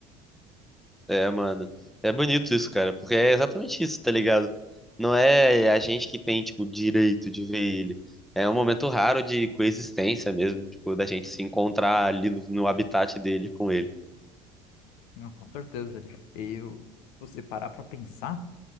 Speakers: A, in the centre; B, on the left (about 75°).
A: É, mano. É bonito isso, cara, porque é exatamente isso, tá ligado? Não é a gente que tem, tipo, direito de ver ele. É um momento raro de coexistência mesmo, tipo, da gente se encontrar ali no, no habitat dele com ele.
B: Não, com certeza. E eu, você parar pra pensar.